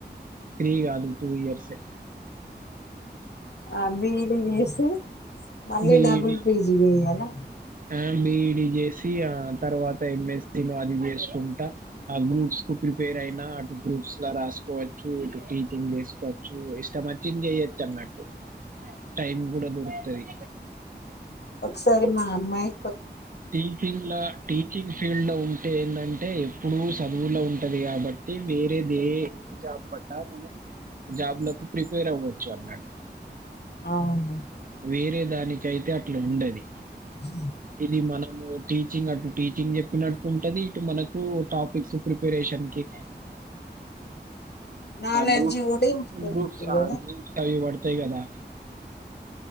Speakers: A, on the right; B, on the left.
A: త్రీ కాదు టూ ఇయర్సే
B: ఆ బీఈడీ చేసి మళ్ళీ
A: బీఈడి
B: డబుల్ పీజీ చేయాలా
A: ఆ బిఈడి చేసి ఆ తర్వాత ఎంఎస్సి నో అది చేసుకుంటా ఆ గ్రూప్స్ కు ప్రిపేర్ అయినా అటు గ్రూప్స్ లా రాసుకోవచ్చు ఇటు టీచింగ్ చేసుకోవచ్చు ఇష్టం వచ్చింది చేయొచ్చ అన్నటు టైమ్ కూడా దొరుకుతది
B: సరే మా అమ్మాయి
A: టీచింగ్ లా టీచింగ్ ఫీల్డ్ లో ఉంటే ఏందంటే ఎప్పుడు సదువులో ఉంటది కాబట్టి వేరేది ఏ జాబ్ పడ్డా మనం జాబ్లకు ప్రిపేర్ అవ్వచ్చు అన్నట్టు
B: అవునా
A: వేరే దానికైతే అట్లా ఉండది
B: హ
A: ఇది మనము టీ చింగ్ అటు టీచింగ్ చెప్పినట్టు ఉంటది ఇటు మనకు టాపిక్స్ ప్రిపరేషన్ కి
B: నాలెడ్జ్
A: ఆ గ్రూప్స్
B: కూడా ఇంప్రూవ్
A: గ్రూప్స్
B: అయితది
A: ఆ
B: కదా
A: గ్రూప్స్ అయి పడు తాయి కదా